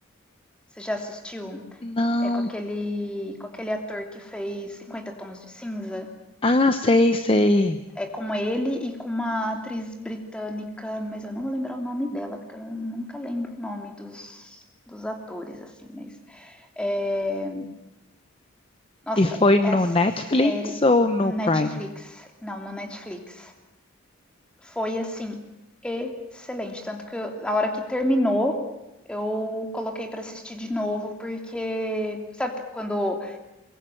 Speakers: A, in the centre; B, on the left.
A: Você já assistiu?
B: Não.
A: É com aquele, com aquele ator que fez Cinquenta Tons de Cinza.
B: Ah, sei, sei.
A: É com ele e com uma atriz britânica, mas eu não vou lembrar o nome dela, porque eu nunca lembro o nome dos, dos atores, assim, mas. É... Nossa,
B: E foi
A: é
B: no
A: série
B: Netflix ou no
A: Netflix.
B: Prime?
A: Não, no Netflix. Foi assim, excelente. Tanto que eu- na hora que terminou, eu coloquei pra assistir de novo, porque. Sabe quando